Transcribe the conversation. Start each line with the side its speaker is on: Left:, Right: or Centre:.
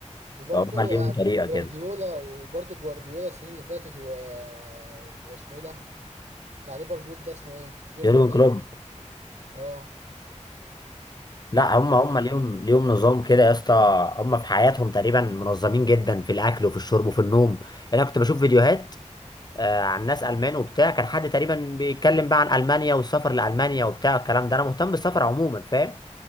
Right: وبرضه
Left: فهم ليهم
Right: يعني
Left: طريقة
Right: جوارديولا
Left: كده
Right: وبرضه جوارديولا السنين اللي فاتت و... واسمه ايه ده بتاع ليفربول ده اسمه ايه يورجن
Left: يورجن
Right: كلوب
Left: كلوب
Right: اه
Left: لا
Right: يعني
Left: هم هم ليهم ليهم
Right: ايوه
Left: نظام كده يا اسطى هم في حياتهم تقريبا منظمين جدا في الاكل وفي الشرب وفي النوم انا كنت بشوف فيديوهات آه، عن ناس المان وبتاع كان حد تقريبا بيتكلم بقى عن المانيا والسفر لالمانيا وبتاع الكلام ده انا مهتم بالسفر عموما فاهم